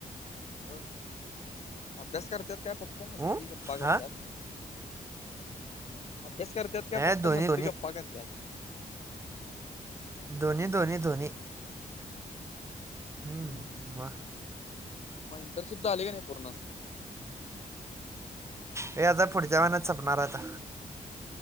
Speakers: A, on the left; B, on the right.
A: होय <unintelligible> अभ्यास करतात काय फक्त मस्ती,
B: ऊ
A: गप्पा
B: हा
A: करतात अभ्यास करतात का
B: हे
A: फक्त
B: धोनी
A: मस्ती
B: धोनी
A: गप्पा करतात
B: दोन्ही दोन्ही दोन्ही हम्म,
A: ह्म
B: मग
A: मग इंटर्नशिप झाली का नाही पूर्ण
B: हे आता पुढच्या महिन्यात सपणार आता